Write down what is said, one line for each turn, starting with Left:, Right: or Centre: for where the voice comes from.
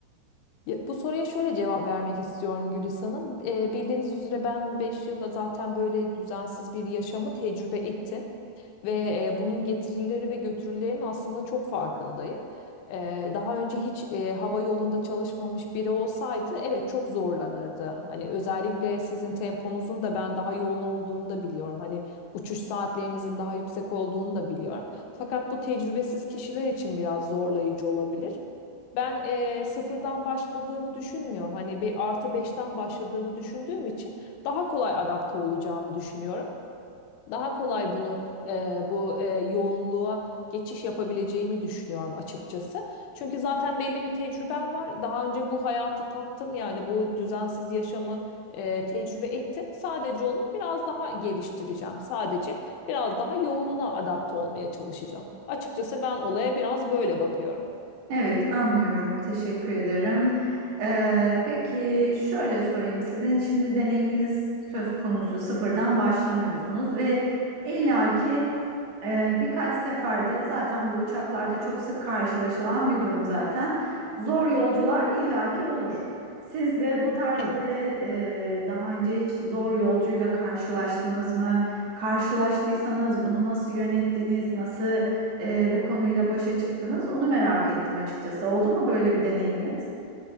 Left: Ya, bu soruya şöyle cevap vermek istiyorum Gülis Hanım. Eee, bildiğiniz üzere ben 5 yılla zaten böyle düzensiz bir yaşamı tecrübe ettim. Ve eee, bunun getirileri ve götürülerinin aslında çok farkındayım. Eee, daha önce hiç eee, hava yolunda çalışmamış biri olsaydı evet çok zorlanırdı. Hani özellikle sizin temponuzun da ben daha yoğun olduğunu da biliyorum. Hani uçuş saatlerinizin daha yüksek olduğunu da biliyorum. Fakat bu tecrübesiz kişiler için biraz zorlayıcı olabilir. Ben eee, sıfırdan başladığımı düşünmüyorum. Hani bir artı beşten başladığımı düşündüğüm için daha kolay adapte olacağımı düşünüyorum. Daha kolay bunu eee, bu eee, yoğunluğa geçiş yapabileceğimi düşünüyorum açıkçası. Çünkü zaten belli bir tecrübem var. Daha önce bu hayatı tattım yani bu düzensiz yaşamı eee, tecrübe ettim. Sadece onu biraz daha geliştireceğim. Sadece biraz daha yoğununa adapte olmaya çalışacağım. Açıkçası ben olaya biraz böyle bakıyorum.
Right: Evet, anlıyorum. Teşekkür ederim. Ee, peki şöyle sorayım. Sizin şimdi deneyiminiz söz konusu sıfırdan başlamıyorsunuz ve illaki e, birkaç seferde zaten bu uçaklarda çok sık karşılaşılan bir durum zaten. Zor yolcular illaki olur. Siz de bu tarz
Left: Evet.
Right: böyle e, daha önce hiç zor yolcuyla karşılaştınız mı? Karşılaştıysanız bunu nasıl yönettiniz? Nasıl e, bu konuyla başa çıktınız? Onu merak ettim açıkçası. Oldu mu böyle bir deneyiminiz?